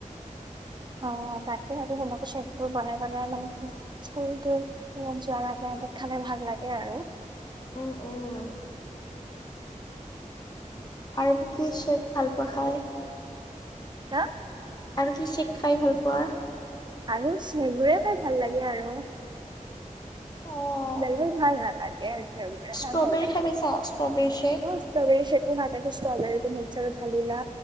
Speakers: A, on the right; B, on the left.
A: অ তাকে থাকে তোমাকো চবোৰ বনাই বনাই ম স্কুলতত যোৱাৰ আগে খালে ভাল লাগে আৰু
B: উ উম আৰু কি শ্বেক ভাল পোৱা খায়?
A: <unintelligible>
B: আৰু কি শ্বেক খায় ভাল পোৱা?
A: আৰু শ্বেকবোৰে খায় ভাল লাগে আৰু।
B: অ',
A: বেলেগ ভাল নালাগে আৰু, সেইবোৰে
B: ষ্ট্ৰবেৰী
A: খায় ভাল লাগে,
B: খাই পাইছা ষ্ট্ৰবেৰী চেক?
A: অঁ ষ্ট্ৰবেৰি শ্বেক তুমি হাতেদি ষ্ট্ৰবেৰিটো মিক্সাৰত ধালিলা,